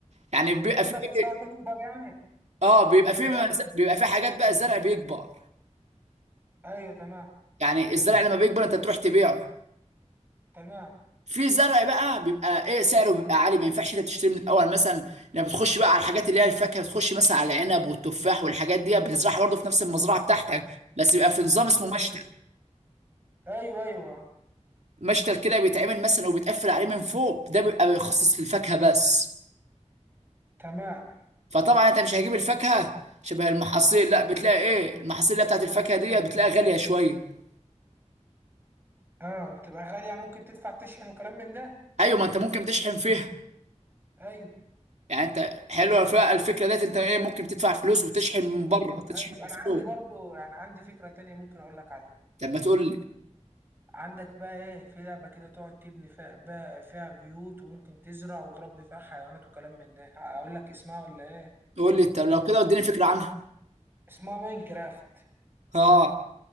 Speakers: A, on the right; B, on the right.
A: يعني بيبقى
B: تفضل
A: في
B: المزرعة
A: إيه،
B: تكبر يعني
A: اه بيبقى في مز-
B: أه
A: بيبقى في حاجات بقى الزرع بيكبر
B: أيوه تمام
A: يعني الزرع لما بيكبر انت تروح تبيعه
B: تمام
A: في زرع بقى بيبقى ايه سعره بيبقى عالي ما ينفعش انت تشتري من الاول مثلا لما بتخش بقى على الحاجات اللي هي الفاكهه بتخش مثلا على العنب والتفاح والحاجات دي بتزرعها برضه في نفس المزرعه بتاعتك
B: تمام
A: بس بيبقى في نظام اسمه
B: أيوه
A: مشتل
B: أيوه أيوه أيوه
A: مشتل كده بيتعمل مثلا وبيتقفل عليه من فوق ده بيبقى بيخصص للفاكهه بس
B: تمام
A: فطبعا انت مش هجيب الفاكهه شبه المحاصيل لا بتلاقي ايه المحاصيل اللي هي بتاعت الفاكهه دي بتلاقيها غاليه شويه
B: اه بتبقى غالية يعني ممكن تدفع تشحن وكلام من ده
A: ايوه ما انت ممكن تشحن فيها
B: ايوه
A: يعني انت حلوه فيها الفكره ديت انت ايه ممكن تدفع فلوس وتشحن من بره تشحن
B: ايوه
A: من
B: انا
A: فوق
B: عندي برضو يعني عندي فكرة تانية ممكن اقول لك عليها
A: طب ما تقول لي
B: عندك بقى ايه في لعبة كده تقعد تبني فيها بقى فيها بيوت وممكن تزرع وتربي فيها حيوانات وكلام من ده اقول لك اسمها ولا ايه
A: تقول لي طب
B: ممكن
A: لو كده
B: ت...
A: اديني فكره عنها
B: اسمها ماينكرافت
A: اه